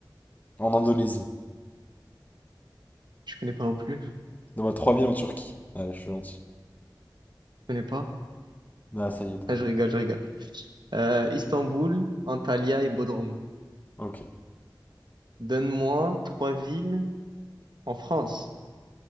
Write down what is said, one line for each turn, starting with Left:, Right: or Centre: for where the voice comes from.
Left: en Indonésie.
Right: Je connais pas non plus. Je
Left: Donne-moi trois villes en Turquie. Allez, je suis gentil.
Right: connais pas.
Left: Ah, ça y est.
Right: Ah, je rigole, je rigole. Euh, Istanbul, Antalya et Bodrum.
Left: Ok.
Right: Donne-moi trois villes en France.